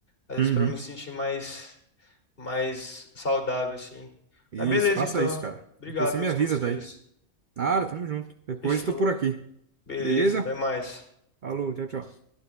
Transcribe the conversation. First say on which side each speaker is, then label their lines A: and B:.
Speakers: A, on the left (about 40°); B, on the right (about 60°).
A: Às vezes
B: Uhum.
A: pra eu me sentir mais, mais saudável, assim.
B: Isso,
A: Mas beleza,
B: faça
A: então.
B: isso, cara.
A: Obrigado
B: Depois você
A: pelos
B: me avisa
A: conselhos.
B: daí. Nada, tamo junto. Qualquer
A: Fechou.
B: coisa, tô por aqui.
A: Beleza,
B: Beleza?
A: até mais.
B: Falou, tchau, tchau.